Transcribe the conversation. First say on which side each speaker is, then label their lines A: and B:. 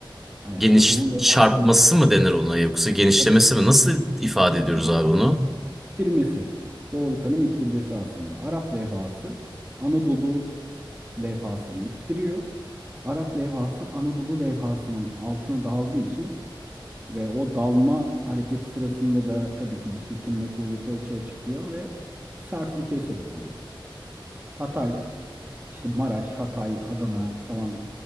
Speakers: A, on the right; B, in the centre.
A: hani
B: Geniş
A: Anadolu levhasını
B: çarpması mı denir ona yoksa genişlemesi
A: tabii tabii
B: mi? Nasıl ifade
A: İttiriyor
B: ediyoruz abi onu?
A: abi. İttirmesi. Doğru tanım ittirmesi aslında. Arap levhası Anadolu levhasını ittiriyor. Arap levhası Anadolu levhasının altına daldığı için ve o dalma hareketi sırasında da tabii ki bir sürtünme kuvveti açığa çıkıyor ve bir sarsıntıya sebep oluyor. Hatay işte Maraş, Hatay, Adana falan